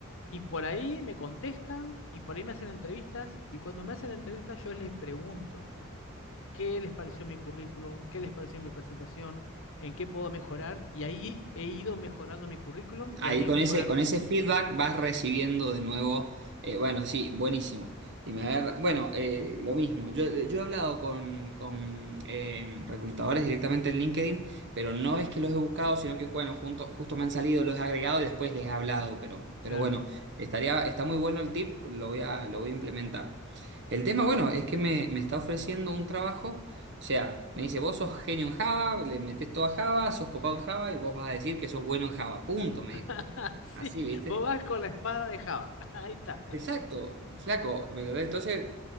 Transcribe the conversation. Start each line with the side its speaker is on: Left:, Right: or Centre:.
Left: y por ahí me contestan y por ahí me hacen entrevistas y cuando me hacen entrevistas yo les pregunto qué les pareció mi currículum, qué les pareció mi presentación, en qué puedo mejorar y ahí he ido mejorando mi currículum y
Right: Ahí
Left: ahí he
Right: con
Left: mejorado.
Right: ese, con ese feedback vas recibiendo de nuevo, eh, bueno, sí, buenísimo. Y me agarra- bueno, eh, lo mismo, yo, yo he hablado con, con, eh, reclutadores directamente en LinkedIn, pero no es que los he buscado, sino que, bueno, junto, justo me han salido, los he agregado y después les he hablado, pero, pero
Left: Claro.
Right: bueno, estaría, está muy bueno el tip, lo voy a, lo voy a implementar. El tema, bueno, es que me, me está ofreciendo un trabajo. O sea, me dice, vos sos genio en Java, le metés todo a Java, sos copado
Left: Sí.
Right: en Java y vos vas a decir que sos bueno en Java. Punto, me
Left: <laughs>
Right: dijo.
Left: Sí,
Right: Así, ¿viste?
Left: vos vas con la espada de Java. <laughs> Ahí está.
Right: Exacto, flaco, ¿me entendés? Entonces,